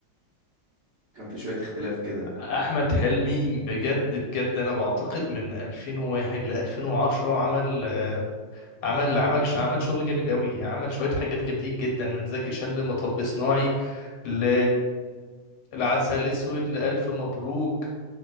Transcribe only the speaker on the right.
كان في شوية اختلاف كده